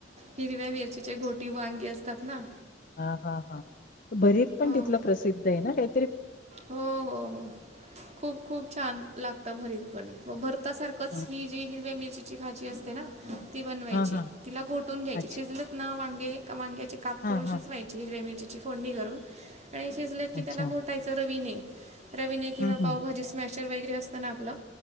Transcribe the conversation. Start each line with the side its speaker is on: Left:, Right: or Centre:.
Right: हिरव्या मिरचीच्या घोटी वांगी असतात ना
Left: हा हा हा भरीत पण
Right: हं.
Left: तिथलं प्रसिद्ध आहे ना काही
Right: हो हो हो खूप खूप छान लागत भरीत पण भर आता सारखंच
Left: हं.
Right: ही जी हिरव्या मिरचीची भाजी असते ना ती बनवायची
Left: हां, हां.
Right: तिला घोटून घ्यायची
Left: अच्छा.
Right: शिजलच ना वांगे का वांगे प
Left: हां,
Right: करून
Left: हां.
Right: शिजवाय हिरव मिरचीची फोडणी करून आणि शिजलेत
Left: अच्छा.
Right: कि त्याला घोटाय रवीने रवीने किंवा
Left: हं, हं.
Right: पावभाजी स्मॅशर वगैरे असताना आपलं